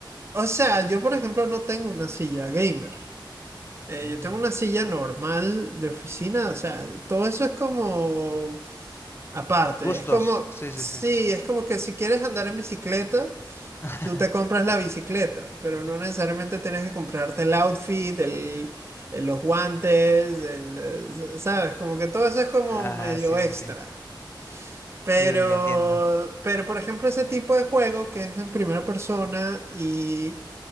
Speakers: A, on the right (about 30°); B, on the left (about 30°).
A: o sea, yo por ejemplo no tengo una silla gamer. Eh,
B: Mm.
A: yo tengo una silla normal de oficina, o sea, todo eso es como aparte.
B: Gustos,
A: Es como,
B: sí, sí,
A: sí,
B: sí.
A: es como que si quieres andar en bicicleta
B: <laughs>
A: Tú te compras la bicicleta, pero no necesariamente tienes que comprarte el outfit, el, el- los guantes, el, eh, ¿sabes? Como que todo eso es como
B: Ah,
A: medio
B: sí, sí,
A: extra.
B: sí.
A: Pero,
B: Sí, ya entiendo.
A: pero por ejemplo, ese tipo de juego que es en primera persona y